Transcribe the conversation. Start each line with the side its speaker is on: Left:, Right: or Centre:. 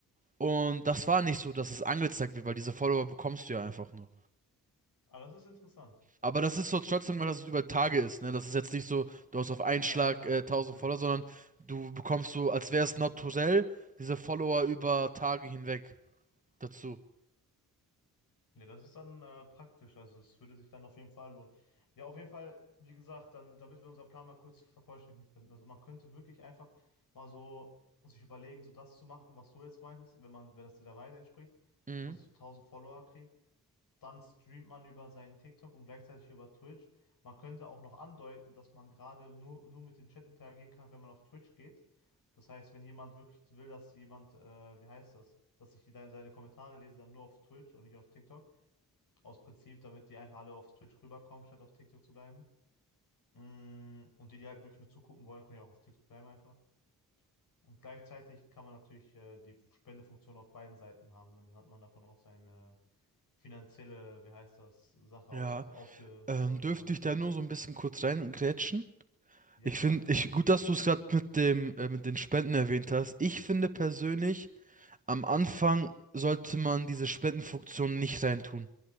Right: Und das war nicht so, dass es angezeigt wird, weil diese Follower bekommst du ja einfach nur.
Left: Aber das ist interessant.
Right: Aber das ist so trotzdem mal, dass es über Tage ist, ne? Das ist jetzt nicht so, du hast auf einen
Left: Hm,
Right: Schlag
Left: Ja, ja, klar,
Right: äh, 1000
Left: natürlich.
Right: Follower, sondern du bekommst so, als wäre es naturell, diese Follower über Tage hinweg dazu.
Left: Ja, das ist dann äh, praktisch, also es würde sich dann auf jeden Fall lohnen. Ja, auf jeden Fall, wie gesagt, dann, damit wir unseren Plan mal kurz vervollständigen könnten. Also man könnte wirklich einfach mal so sich überlegen, so das zu machen, was du jetzt meintest, wenn man, wenn das der Wahrheit entspricht,
Right: Mhm.
Left: dass man sich so 1000 Follower kriegt. Dann streamt man über seinen TikTok und gleichzeitig über Twitch. Man könnte auch noch andeuten, dass man gerade nur, nur mit dem Chat interagieren kann, wenn man auf Twitch geht. Das heißt, wenn jemand wirklich will, dass jemand, äh, wie heißt das, dass ich deine, seine Kommentare lese, dann nur auf Twitch und nicht auf TikTok. Aus Prinzip, damit die einfach alle auf Twitch rüberkommen, statt auf TikTok zu bleiben. Mm, Und die, die halt wirklich nur zugucken wollen, können ja auch auf TikTok bleiben einfach. Und gleichzeitig kann man natürlich äh, die Spendefunktion auf beiden Seiten haben. Dann hat man davon auch seine finanzielle, wie heißt das, Sache
Right: Ja.
Left: ausge ausgesorgt,
Right: Ähm, dürfte
Left: wenn man das
Right: ich
Left: so
Right: da
Left: mit
Right: nur
Left: dem macht.
Right: so ein bisschen kurz reingrätschen?
Left: Ja,
Right: Ich
Left: klar.
Right: finde, ich, gut, dass du es gerade mit dem, äh, mit den Spenden erwähnt hast. Ich finde persönlich, am Anfang sollte man diese Spendenfunktion nicht reintun.